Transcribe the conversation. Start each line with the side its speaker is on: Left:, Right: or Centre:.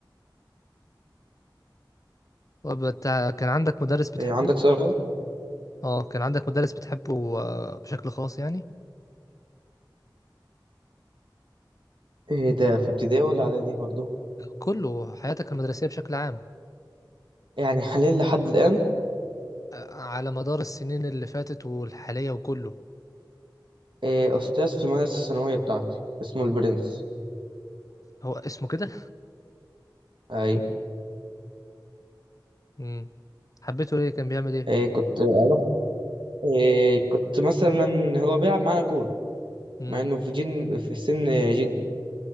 Left: وبتاع- كان عندك مدرس بتحبه
Right: آه، عندك سؤال
Left: اه كان عندك مدرس بتحبه آه، بشكل خاص يعني
Right: ايه ده في ابتدائي ولا اعدادي برضو
Left: كله حياتك المدرسية بشكل عام
Right: يعني حاليا لحد الان
Left: آه، على مدار السنين اللي فاتت والحالية وكله
Right: آه، استاذ في المدرسة الثانوية بتاعتي اسمه البرنس
Left: هو اسمه كده
Right: اي
Left: امم حبيته ليه كان بيعمل ايه
Right: آه، كنت اروح آه، كنت مثلا هو بيلعب معانا كورة
Left: امم
Right: مع انه في جن في سن جدي